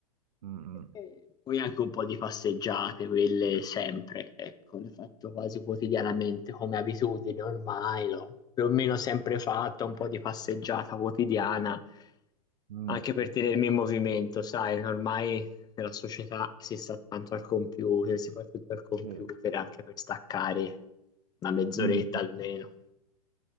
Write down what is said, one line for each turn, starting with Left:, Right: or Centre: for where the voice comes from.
Right: Mm, mm,
Left: E poi anche un po' di passeggiate, quelle sempre, ecco, le faccio quasi quotidianamente come abitudine ormai, l'ho più o meno sempre fatta, un po' di passeggiata quotidiana
Right: mm.
Left: anche per tenermi in movimento, sai, ormai nella società si sta tanto al computer, si fa tutto al computer
Right: Sì.
Left: anche per staccare una mezz'oretta
Right: Mm, mm.
Left: almeno.